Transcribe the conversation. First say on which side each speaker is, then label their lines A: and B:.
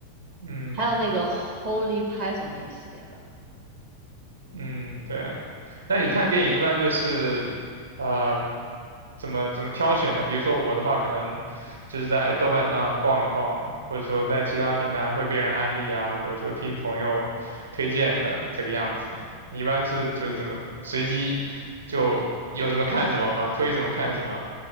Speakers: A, on the right (about 65°); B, on the right (about 30°).
A: <laughs> 嗯
B: 还有那个 Holy Python 那一系列的，
A: 嗯，对。那你看电影一般就是呃怎么怎么挑选呢？比如说我的话，可能就是在豆瓣上逛一逛，或者说在其他平台会被人安利啊，或者说听朋友推荐的这个样子。你一般是就是怎么随机就有什么看什么吗？推什么看什么？